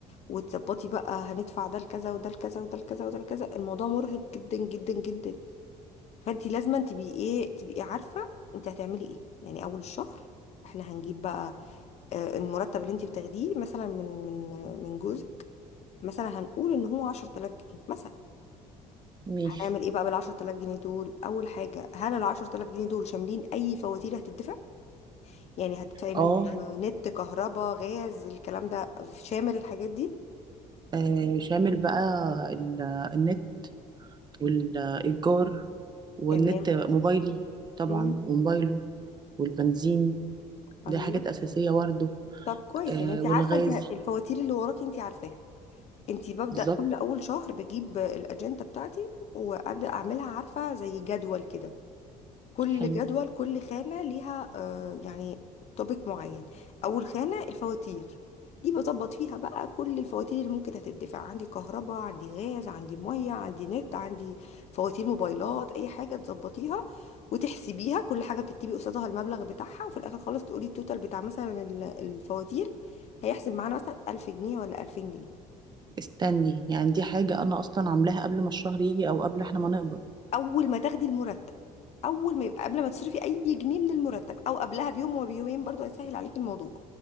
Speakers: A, on the left (about 50°); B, on the right (about 30°).
A: وتظبطي بقى هندفع ده لكذا وده لكذا وده لكذا وده لكذا الموضوع مرهق جدا جدا جدا فانت لازم تبقي ايه تبقي عارفه انت هتعملي ايه يعني اول الشهر احنا هنجيب بقى آه، المرتب اللي انت بتاخديه مثلا من من من جوزك مثلا هنقول ان هو 10000 جنيه مثلا
B: ماشي
A: هنعمل ايه بقى بالعشرة آلاف جنيه دول اول حاجة هل العشرة آلاف جنيه دول شاملين اي فواتير هتدفع يعني هتدفعي منهم
B: اه
A: نت كهرباء غاز الكلام ده شامل الحاجات دي
B: آه، شامل بقى ال- النت والايجار والنت
A: تمام
B: موبايلي طبعا
A: مم.
B: وموبايله والبنزين دي
A: ايوه
B: حاجات اساسيه برضه
A: طب كويس
B: آه
A: يعني انت
B: والغاز
A: عارفة انت الفواتير اللي وراكي انت عارفاها انت ببدأ
B: بالظبط
A: كل اول شهر بجيب الاجندة بتاعتي وابدأ اعملها عارفة زي جدول كده كل
B: حلو
A: جدول كل خانة ليها آه يعني توبيك معين أول خانة الفواتير دي بظبط فيها بقى كل الفواتير اللي ممكن هتدفع عندي كهرباء عندي غاز عندي مية عندي نت عندي فواتير موبايلات أي حاجة تظبطيها وتحسبيها كل حاجة بتكتبي قصادها المبلغ بتاعها وفي الآخر خالص تقولي التوتال بتاع مثلا ال- الفواتير هيحسب معانا مثلا 1000 جنيه ولا 2000 جنيه
B: استني يعني دي حاجه انا اصلا عاملاها قبل ما الشهر يجي او قبل احنا ما نقبض
A: أول ما تاخدي المرتب أول ما يبقى قبل ما تصرفي أي جنيه من المرتب أو قبلها بيوم وبيومين برضو هيسهل عليكي الموضوع